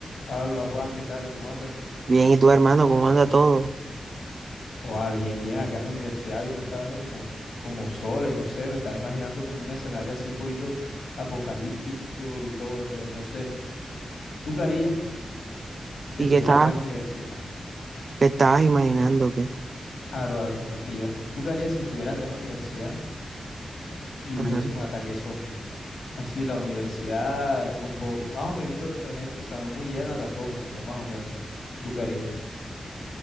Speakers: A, on the left (about 85°); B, on the right (about 45°).
A: Habla Juan, ¿qué tal? ¿Cómo andas?
B: Bien, ¿y tú, hermano, cómo anda todo?
A: Oh, ah, bien, bien, acá en la universidad viendo esta vaina como, como sola y no sé, me estás imaginando como un escenario así un poquito apocalíptico y todo, entonces no sé. ¿Tú qué harías si
B: ¿Y
A: estuvieras
B: qué estabas,
A: acá en la universidad?
B: qué estabas imaginando? ¿Qué?
A: Aro, aro, aro, pilla. ¿Tú qué harías si estuvieras acá en la universidad y
B: Ajá.
A: hubiese un ataque zombie? Así, la universidad con po- más o menos de gente, o sea, no muy llena tampoco, sino más o menos. ¿Tú qué harías?